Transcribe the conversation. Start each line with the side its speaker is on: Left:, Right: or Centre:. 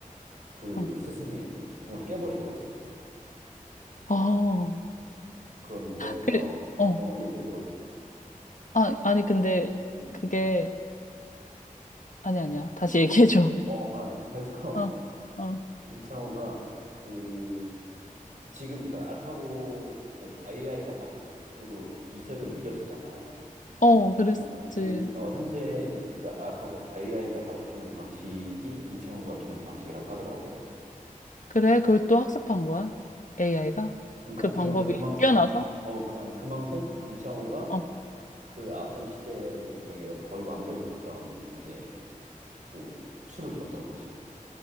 Right: 그
Left: 어,
Right: 스승의 그 기풍을 깨버린 거지.
Left: 어.
Right: 그런데
Left: 그,
Right: 어,
Left: 어.
Right: 어, 얘기해 물어봐.
Left: 아, 아니, 근데
Right: 음.
Left: 그게 아니, 아니야. 다시 얘기해줘.
Right: 어, 아, 근데 그래서
Left: 어, 어,
Right: 이창호가 그 지금 그 알파고 아니, 아이아이가 바둑으로 이세돌 이겼었잖아.
Left: 어, 그랬지.
Right: 그러니까 지금 어, 현재 이- 그 알파고 아이아이가 바둑 두는 방식이 이창호가 두는 방식이라고 하더라고.
Left: 그래, 그걸 또 학습한 거야? AI가?
Right: 그러니까
Left: 그
Right: 아,
Left: 방법이
Right: 그러니까 그만큼
Left: 뛰어나서?
Right: 어 그- 아니 그만큼 이창호가
Left: 어,
Right: 그 앞선 시대에 좀 되게 거의 완벽에 가까운 이제 그 수를 뒀던 거지.